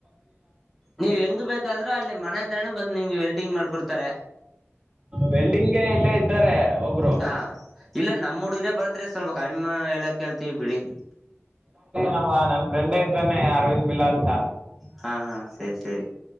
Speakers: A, in the centre; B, on the right (about 25°).
A: ನೀವ್ ಹೆಂಗ ಬೇಕಾದ್ರೂ ಅಲ್ಲಿ ಮನೆ ಹತ್ರನನ ಬಂದು ನಿಮ್ಗೆ ವೆಲ್ಡಿಂಗ್ ಮಾಡಕೊಡ್ತಾರೆ
B: ವೆಲ್ಡಿಂಗ್ಗೆ ಇಲ್ಲೇ ಇದ್ದಾರೆ ಒಬ್ರು
A: ಹಾ ಇಲ್ಲ ನಮ್ಮ್ ಹುಡ್ಗ್ರೆ ಬರ್ತ್ರಿ ಸ್ವಲ್ಪ ಕಮ್ಮ ಹೇಳಕ್ ಹೇಳ್ತೀವ ಬಿಡಿ
B: ನಮ್ಮ ನನ್ ಫ್ರೆಂಡೇ ಇದ್ದಾನೆ ಅರವಿಂದ್ ಬಿಲಾದ್
A: ಹಾ ಹಾ ಸರಿ ಸರಿ